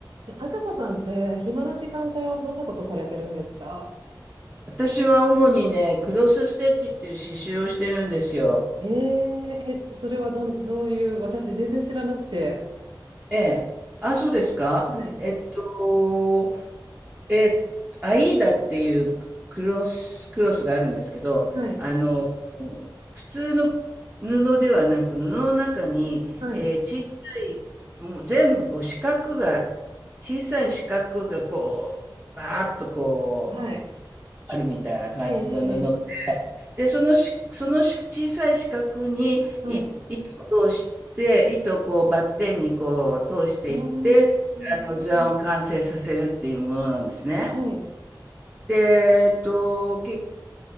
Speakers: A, on the right; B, on the right.
A: え、あさこさんって暇な時間帯はどんなことされてるんですか
B: 私は主にね、クロスステッチっていう刺繍をしてるんですよ。
A: えー、え、それはどん、どういう、私全然知らなくて。
B: ええ。あ、そうですか。
A: はい、
B: えっと、え、アイーダっていうクロス、クロスがあるんですけど、
A: はい、
B: あの、普通の布ではなく、布の中に、
A: はい、
B: えーちっちゃい、もう全部こう四角が、小さい四角がこう、バーッとこう、
A: はい。
B: あるみたいな感じの布
A: ええ
B: で、そのし、そのし小さい四角にい糸を通して、
A: はい。
B: 糸をこうバッテンにこう通していって、
A: あーあ
B: あの図案を完成させるっていうものなんですね。
A: ー、はい。
B: で、えっと、け、